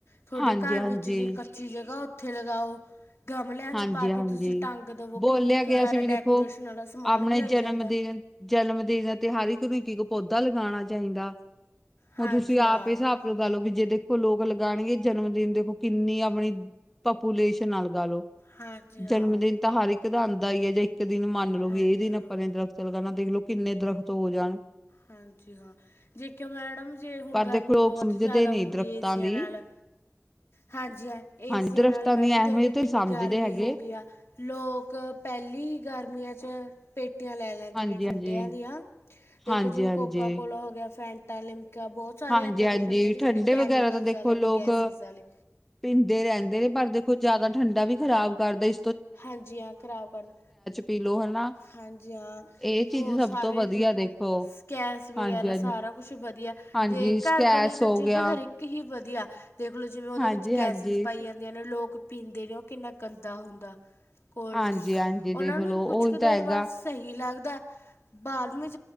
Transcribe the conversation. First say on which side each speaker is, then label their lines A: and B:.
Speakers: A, on the left; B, in the centre.
A: ਥੌਡੇ
B: ਹਾਂਜੀ
A: ਘਰ
B: ਹਾਂਜੀ
A: ਵਿੱਚ ਜੇ ਕ ਚੀ ਜਗ੍ਹਾ ਓਥੇ ਲਗਾਓ। ਗਮਲਿਆਂ ਚ
B: ਹਾਂਜੀ
A: ਪਾ
B: ਹਾਂਜੀ
A: ਕੇ ਤੁਸੀਂ ਟੰਗ ਦਵੋ
B: ਬੋਲਿਆ
A: ਕਿੰਨੀ ਕ
B: ਗਿਆ
A: ਜਾਦਾ
B: ਸੀ ਵੀ ਦੇਖੋ
A: ਡੈਕੋਰੇਸ਼ਨ ਵਾਲਾ ਸਮਾਨ
B: ਆਪਣੇ
A: ਵੀ ਆਈ
B: ਜਨਮ
A: ਜਾਂਦਾ।
B: ਦਿਨ ਜਨਮ ਦਿਨ ਤੇ ਹਰ ਇੱਕ ਨੂੰ ਇੱਕ-ਇੱਕ ਪੌਦਾ ਲਗਾਣਾ ਚਾਹੀਦਾ।
A: ਹਾਂਜੀ
B: ਹੁਣ ਤੁਸੀਂ ਆਪ
A: ਹਾਂ
B: ਏ ਸਾਬ ਲਗਾਲੋ ਵੀ ਜੇ ਦੇਖੋ ਲੋਕ ਲਗਾਣਗੇ ਜਨਮਦਿਨ ਦੇਖੋ ਕਿੰਨੀ ਆਪਣੀ ਪਪੂਲੇਸ਼ਨ ਆ ਲਗਾਲੋ
A: ਹਾਂਜੀ ਹਾਂ
B: ਜਨਮ ਦਿਨ ਤਾਂ ਹਰ ਕਦਾ ਆਂਦਾ ਈ ਐ ਜੇ ਇੱਕ ਦਿਨ ਮਣਲੋ
A: ਹਾਂਜੀ
B: ਵੀ ਏ ਦਿਨ
A: ਹਾਂ
B: ਆਪਾਂ ਨੇ ਦਰਖਤ ਚ ਲਗਾਣਾ ਦੇਖਲਓ ਕਿੰਨੇ ਦਰਖਤ ਹੋ ਜਾਣ।
A: ਹਾਂਜੀ ਹਾਂ ਜੇਖਿਓ ਮੈਡਮ ਜੇ ਹੁਣ
B: ਪਰ
A: ਗਰਮੀ
B: ਦੇਖੋ ਲੋਕ
A: ਬੋਹਤ
B: ਸਮਝਦੇ
A: ਜਾਦਾ
B: ਨਹੀਂ
A: ਹੋਗੀ
B: ਦਰਖਤਾਂ
A: ਏਸੀਆਂ
B: ਦੀ
A: ਨਾਲ। ਹਾਂਜੀ ਐ ਏਸੀਆਂ
B: ਹਾਂਜੀ ਦਰਖਤਾਂ
A: ਨਾਲ ਮੈਡਮ
B: ਦੀ ਅਹਿਮੀਅਤ
A: ਦੇਖਲੋ ਕਿੰਨੀ
B: ਸਮਝਦੇ
A: ਗਰਮੀ
B: ਹੈਗੇ
A: ਹੋਗੀ। ਗਿਆ ਲੋਕ ਪੈਲੀ ਗਰਮੀਆਂ ਚ ਪੇਟੀਆਂ ਲੈ <unintelligible> ਲੈਂਦੇ
B: ਹਾਂਜੀ
A: ਨੇ ਠੰਡਿਆਂ
B: ਹਾਂਜੀ
A: ਦੀਆਂ ਦੇਖੋ
B: ਹਾਂਜੀ
A: ਜਿਵੇਂ
B: ਹਾਂਜੀ
A: ਕੋਕਾ ਕੋਲ ਹੋ ਗਿਆ, ਫੈਂਟਾ, ਲਿਮਕੀਆਂ ਬੋ ਸਾਰੇ
B: ਹਾਂਜੀ
A: ਐਦਾਂ
B: ਹਾਂਜੀ
A: ਦੇ ਠੰਡੇ ਨੇ ਜੇੜ੍ਹੇ ਕੈਮੀਕਲਸ
B: ਵਗੈਰਾ ਤਾਂ ਦੇਖੋ
A: ਆਲੇ
B: ਲੋਕ
A: ਨੇ ਗੈਸਿਸ ਆਲੇ
B: ਪੀਂਦੇ ਰੈਂਦੇ ਨੇ ਪਰ ਦੇਖੋ ਜਾਦਾ ਠੰਡਾ ਵੀ ਖ਼ਰਾਬ ਕਰਦਾ ਇ
A: ਹਾਂਜੀ ਹਾਂ ਖ਼ਰਾਬ ਕਰਦਾ
B: ਪੀ ਲੋ ਹਨਾ
A: ਹਾਂਜੀ ਹਾਂ
B: ਇਹ ਚੀਜ਼
A: ਹੋਰ
B: ਸਭ
A: ਸਾਰੇ
B: ਤੋਂ ਵਧੀਆ ਦੇਖੋ
A: ਸਕੇਸ ਵਗੈਰਾ
B: ਹਾਂਜੀ ਹਾਂਜੀ
A: ਸਾਰਾ ਕੁੱਛ ਵਧੀਆ
B: ਹਾਂਜੀ
A: ਜੇ
B: ਸਕੈਸ
A: ਘਰ ਬਣੀ ਤਾਂ
B: ਹੋ
A: ਚੀਜ਼
B: ਗਿਆ
A: ਹਰੇ ਕ ਹੀ ਵਧੀਆ ਦੇਖਲੋ ਜਿਵੇਂ ਓਦੇ
B: ਹਾਂਜੀ
A: ਵਿੱਚ ਗੈਸਿਸ
B: ਹਾਂਜੀ
A: ਪਾਈ ਆ ਦੀਆਂ ਨੇ ਲੋਕ ਪੀਂਦੇ ਨੇ ਓ ਕਿੰਨਾ ਗੰਦਾ ਹੁੰਦਾ। ਕੋਲਡ
B: ਹਾਂਜੀ
A: ਡਰਿੰਕ
B: ਹਾਂਜੀ
A: ਓਨਾਂ
B: ਦੇਖ
A: ਨੂੰ
B: ਲੋ
A: ਕੁੱਛ
B: ਉਹੀ
A: ਕੁ
B: ਤਾਂ
A: ਦੇਰ
B: ਹੈਗਾ
A: ਬਾਦ ਸਹੀ ਲੱਗਦੈ <unintelligible>